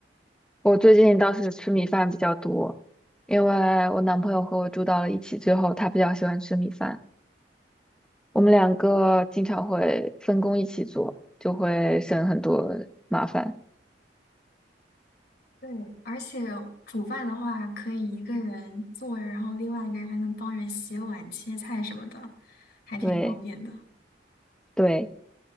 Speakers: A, in the centre; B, on the left (about 60°).
A: 我最近倒是吃米饭比较多，因为我男朋友和我住到了一起之后，他比较喜欢吃米饭，我们两个经常会分工一起做，就会省很多麻烦。
B: 对，而且煮饭的话，可以一个人做着，然后另外一个人还能帮人洗碗、切菜什么的，还挺方便的。
A: 对对。